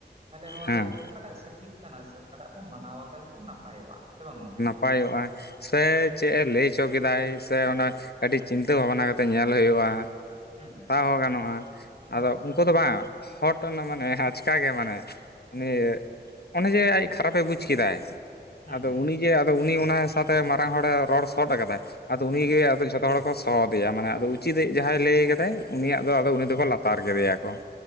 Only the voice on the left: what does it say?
ᱦᱮᱸ
ᱱᱟᱯᱟᱭᱚᱜ-ᱟ, ᱥᱮ ᱪᱮᱫ ᱮ ᱞᱟᱹᱭ ᱦᱚᱪᱚ ᱠᱮᱫᱟᱭ ᱥᱮ ᱚᱱᱟ ᱠᱟᱹᱴᱤᱡ ᱪᱤᱱᱛᱟᱹ ᱵᱷᱟᱵᱱᱟ ᱠᱟᱛᱮᱜ ᱧᱮᱞ ᱦᱩᱭᱩᱜ-ᱟ᱾
ᱛᱟᱣ ᱜᱟᱱᱚᱜ-ᱟ,
ᱟᱫᱚ ᱩᱱᱠᱩ ᱫᱚ ᱵᱟᱝ ᱦᱚᱲ ᱴᱮᱱ ᱢᱟᱱᱮ ᱟᱪᱠᱟᱜᱮ ᱢᱟᱱᱮ ᱩᱱᱤ
ᱚᱱᱮ ᱡᱮ ᱟᱡ ᱠᱷᱟᱨᱟᱯ ᱮ ᱵᱩᱡ ᱠᱮᱫᱟᱭ,
ᱩᱱᱤᱜᱮ ᱟᱫᱚ ᱩᱱᱤ ᱚᱱᱟ ᱥᱟᱶᱟᱛᱮ ᱢᱟᱨᱟᱝ ᱦᱚᱲᱮ ᱨᱚᱲ ᱥᱚᱫ ᱠᱟᱫᱟᱭ ᱟᱫᱚ
ᱩᱱᱤ ᱜᱮ ᱟᱫᱚ ᱡᱷᱚᱛᱚ ᱦᱚᱲ ᱠᱚ ᱦᱚᱦᱚᱫᱮᱭᱟ ᱢᱟᱱᱮ ᱟᱫᱚ ᱩᱪᱤᱛ ᱤᱫ ᱡᱟᱦᱟᱸᱭ ᱞᱟᱹᱭ ᱟᱠᱟᱫᱟᱭ ᱩᱱᱤᱭᱟᱜ ᱫᱚ ᱟᱫᱚ ᱩᱱᱤ ᱫᱚᱠᱚ ᱞᱟᱛᱟᱨ ᱠᱮᱫᱮᱭᱟ ᱠᱚ᱾